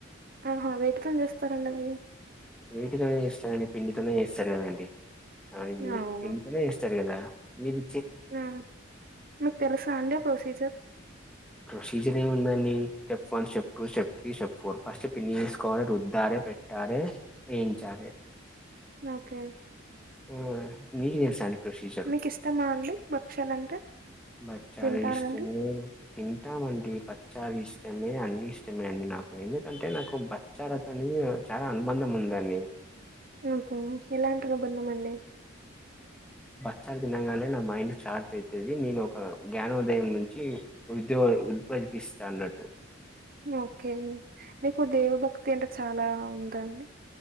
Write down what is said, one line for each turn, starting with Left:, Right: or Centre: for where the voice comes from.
Right: ఆహా వేటితోని చేస్తారండి అవి
Centre: వేటితోనే చేస్తారూ అండి పిండితోనే చేస్తారు కదండి ఆ ఈ
Right: అవునా!
Centre: పిండితోనే చేస్తారు కదా మీది
Right: ఆ మీకు తెలుసా అండి ప్రొసీజర్
Centre: ప్రొసీజర్ ఏమి ఉందండి step one step two step three step four first పిండి తీసుకోవాలి రుద్దాలి పెట్టాలే వేయించాలే
Right: ఓకే.
Centre: మ్ నీకు తెలుసా అండి ప్రొసీజర్
Right: మీకు ఇష్టమా అండి భక్షలు అంటే
Centre: బచ్చాలు
Right: తింటారండి
Centre: ఇష్టమే తింటామండి బచ్చాలు ఇష్టమే అన్ని ఇష్టమే అండి నాకు ఎందుకంటే నాకు బచ్చారతోనేవి న చాలా అనుబంధం ఉందని
Right: ఓకే ఎలాంటి అనుబంధం అండి
Centre: భక్షాలు తినంగానే నా మైండ్ షార్ప్ అవుతుంది నేను ఒక జ్ఞానోదయం నుంచి ఉద్యో ఉద్భదిస్తా అన్నట్టు
Right: ఓకే మీకు దేవభక్తి అంటే చాలా ఉందాండి